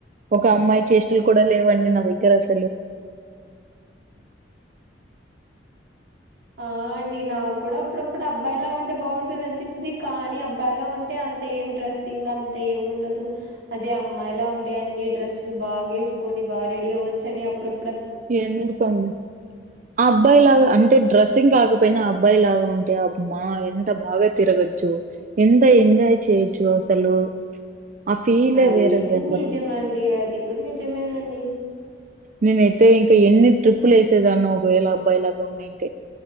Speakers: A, on the right (about 45°); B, on the right (about 90°).
A: ఒక అమ్మాయి చేస్టలు కూడా లేవండి నా దగ్గర అసలు
B: ఆ అండి నాకు కూడా అప్పుడప్పుడు అబ్బాయిలా ఉంటే బాగుంటది అనిపిస్తది కానీ అబ్బాయిల ఉంటే అంత ఏం డ్రెస్సింగ్ అంత ఏం ఉండదు అదే అమ్మాయిలా ఉంటే అన్ని డ్రస్సులు బాగా వేసుకొని బా రెడీ అవ్వచ్చని అప్పుడు
A: ఎందుకండీ ఆ అబ్బాయి లాగా అంటే డ్రెస్సింగ్ కాకపోయినా ఆ అబ్బాయి లాగా ఉంటే అమ్మ ఎంత బాగా తిరగచ్చు ఎంత ఎంజాయ్ చేయొచ్చు అసలు ఆ ఫీలే
B: అది
A: వేరండి అసలు
B: నిజమండి అది కూడా నిజమేనండి
A: నేనైతే ఇంకా ఎన్ని ట్రిప్పులు వేసేదాన్నో ఒకవేళ అబ్బాయి లాగా ఉన్నింటే